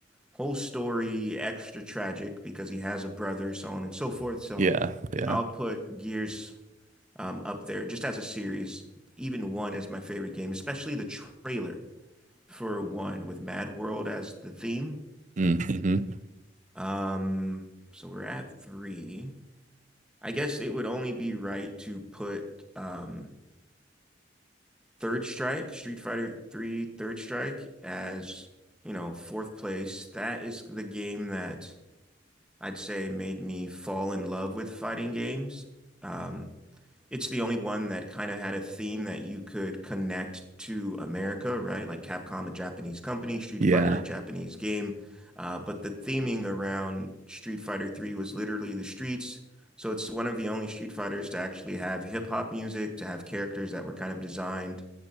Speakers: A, in the centre; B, on the right.
A: whole story extra tragic because he has a brother, so on and so forth. So
B: Yeah. Yeah.
A: I'll put Gears um, up there just as a series, even one is my favorite game, especially the trailer for one with Mad World as the theme.
B: hmm
A: Um, so we're at three. I guess it would only be right to put um Third Strike, Street Fighter Three, Third Strike as, you know, fourth place. That is the game that I'd say made me fall in love with fighting games. Um, it's the only one that kind of had a theme that you could connect to America, right? Like Capcom, a Japanese company, Street
B: Yeah.
A: Fighter, a Japanese game. Uh, but the theming around Street Fighter 3 was literally the streets. So it's one of the only Street Fighters to actually have hip hop music, to have characters that were kind of designed